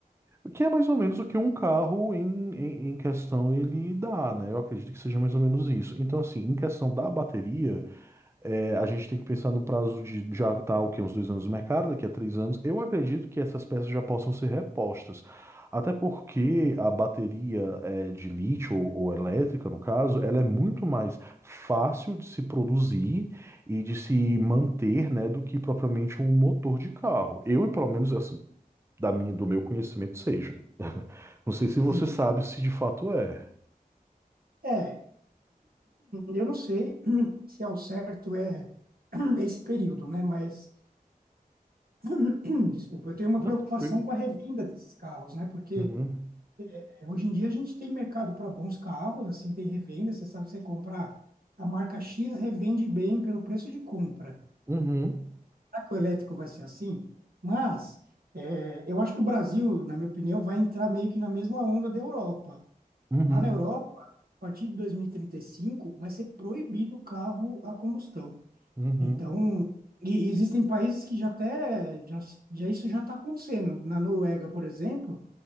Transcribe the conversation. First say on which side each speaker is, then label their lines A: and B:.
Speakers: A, on the right; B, on the right.
A: o que é mais ou menos o que um carro em, em, em questão ele dá, né? Eu acredito que seja mais ou menos isso. Então, assim, em questão da bateria, é, a gente tem que pensar no prazo de já tá o quê? Uns dois anos no mercado, daqui a três anos. Eu acredito que essas peças já possam ser repostas. Até porque a bateria é, de lítio ou, ou elétrica, no caso, ela é muito mais fácil de se produzir e de se manter, né, do que propriamente um motor de carro. Eu, pelo menos, assim, da minha, do meu conhecimento, seja. Não sei se você
B: Sim.
A: sabe se de fato é.
B: É, eu não sei <clears throat> se ao certo é <clears throat> esse período, né? Mas, <clears throat> desculpa, eu tenho uma
A: Não,
B: preocupação
A: tranquilo.
B: com a revenda desses carros, né? Porque
A: Uhum.
B: eh, hoje em dia a gente tem mercado para bons carros, assim, tem revenda, você sabe, você comprar a marca X, revende bem pelo preço de compra.
A: Uhum.
B: Será que o elétrico vai ser assim? Mas é, eu acho que o Brasil, na minha opinião, vai entrar meio que na mesma onda da Europa.
A: Uhum.
B: Lá na Europa, a partir de dois mil e e trinta e cinco, vai ser proibido o carro a combustão.
A: Uhum.
B: Então, e- e existem países que já até já, já isso já está acontecendo. Na Noruega, por exemplo,